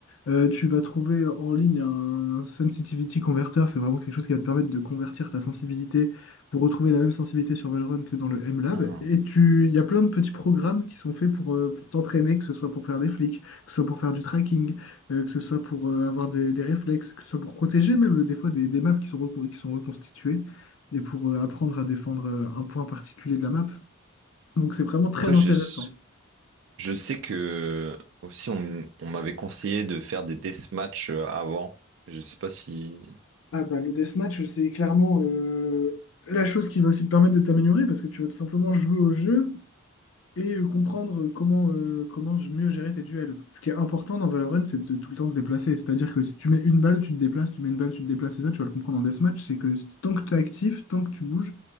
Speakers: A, on the left; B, on the right.
A: Euh, tu vas trouver en ligne un sensitivity converter, c'est vraiment quelque chose qui va te permettre de convertir ta sensibilité pour retrouver la même sensibilité sur Valorant que dans le MLab.
B: Ah.
A: Et tu, il y a plein de petits programmes qui sont faits pour, euh, pour t'entraîner, que ce soit pour faire des flics, que ce soit pour faire du tracking, euh, que ce soit pour euh, avoir des, des réflexes, que ce soit pour protéger même euh, des fois des, des maps qui sont, recon- qui sont reconstituées et pour euh, apprendre à défendre euh, un point particulier de la map. Donc c'est vraiment très
B: Après,
A: intéressant.
B: je, je sais que aussi, on, on m'avait conseillé de faire des deathmatchs euh, avant. Je sais pas si.
A: Ah bah le deathmatch, c'est clairement euh, la chose qui va aussi te permettre de t'améliorer parce que tu vas tout simplement jouer au jeu et euh, comprendre euh, comment, euh, comment mieux gérer tes duels. Ce qui est important dans Valorant, c'est de tout le temps se déplacer. C'est-à-dire que si tu mets une balle, tu te déplaces, tu mets une balle, tu te déplaces, et ça, tu vas le comprendre en deathmatch, c'est que si, tant que tu es actif, tant que tu bouges,